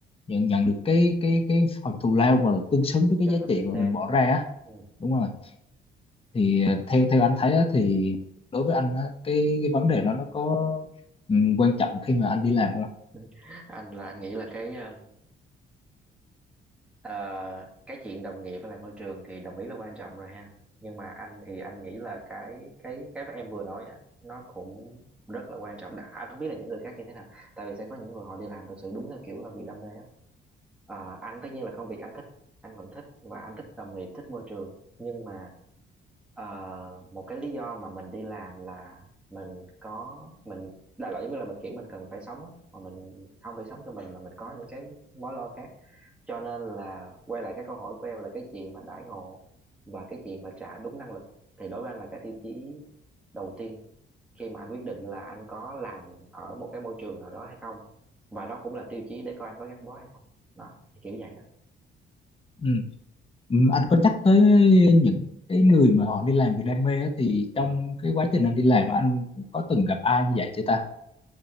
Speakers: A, on the left (about 30°); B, in the centre.
A: nhận nhận được cái cái cái phần thù lao mà tương xứng với cái
B: cho
A: giá
B: nó xứng
A: trị mà
B: đáng
A: mình bỏ ra á
B: ừ.
A: đúng rồi thì ờ, theo theo anh thấy á, thì đối với anh á, cái cái vấn đề đó nó có ừm, quan trọng khi mà anh đi làm không ạ
B: <laughs> anh là anh nghĩ là cái um, ờ, cái chuyện đồng nghiệp với lại môi trường thì đồng ý là quan trọng rồi ha nhưng mà anh thì anh nghĩ là cái cái cái mà em vừa nói á nó cũng rất là quan trọng Đã- anh không biết là những người khác như thế nào tại vì sẽ có những người họ đi làm thực sự đúng theo kiểu là vì đam mê á Ờ, anh tất nhiên là công việc anh thích anh vẫn thích và anh thích đồng nghiệp thích môi trường nhưng mà Ờ, một cái lý do mà mình đi làm là mình có mình đại loại giống như là mình kiểu mình cần phải sống á mà mình không phải sống cho mình mà mình có những cái mối lo khác cho nên là quay lại cái câu hỏi của em là cái chuyện mà đãi ngộ và cái chuyện mà trả đúng năng lực thì đối với anh là cái tiêu chí đầu tiên khi mà anh quyết định là anh có làm ở một cái môi trường nào đó hay không và đó cũng là tiêu chí để coi anh có gắn bó hay không đó thì kiểu vậy đó
A: ừ. Ừm, anh có nhắc tới những cái người mà họ đi làm vì đam mê á, thì
B: ừ.
A: trong cái quá trình anh đi làm á, anh có từng gặp ai như vậy chưa ta